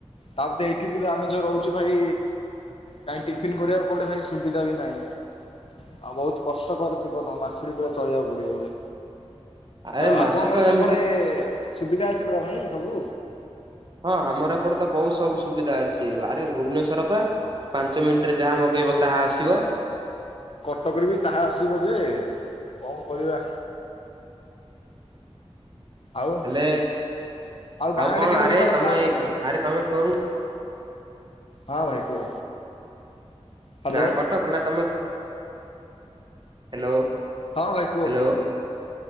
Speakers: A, on the left (about 60°); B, on the right (about 40°).
A: ତାପ ଏଇଠି ବି ଆମେ ଯୋଉ ରହୁଛୁ ଭାଇ କାଇଁ ଟିଫନ୍ କରିବାକୁ କୋଆଡେ ଭାଇ ସୁବିଧା ବି ନାହିଁ ଆଉ ବହୁତ କଷ୍ଟକର ଜୀବନ ମାସୁଡି ପା ଚଳିବାକୁ ପଡ଼ିବ ଏବେ
B: ଆରେ
A: ଆଉ
B: ମାସେ
A: ଆପଣଙ୍କର
B: ତ ଏମିତି
A: ସେପଟେ ସୁବିଧା ଅଛି ପରା ଭାଇ ସବୁ।
B: ହଁ ଆମର ଏପଟେ ତ ବହୁତ ସବୁ ସୁବିଧା ଅଛି ଆରେ ଭୁବନେଶ୍ଵର ପା। ପାଞ୍ଚ ମିନିଟ ରେ ଯାହା ମଗେଇବ ତାହା ଆସିବ।
A: କଟକରେ ବି ତାହା ଆସିବା ଜେ କଣ କରିବା। ଆଉ
B: ହେଲେ
A: ଆଉ ଗାଁ ଆଡେ
B: କଣ
A: କେବେ
B: ଆରେ
A: ଯିବାର
B: ତମେ
A: ପ୍ଲାନ୍ ଅଛି।
B: ଆରେ ତମେ କୋଉ
A: ହଁ ଭାଇ କୁହ। ହ୍ୟାଲୋ
B: ଗାଁ କଟକ ନା ତମେ ହ୍ୟାଲୋ
A: ହଁ ଭାଇ କୁହ
B: ହ୍ୟାଲୋ
A: କୁହ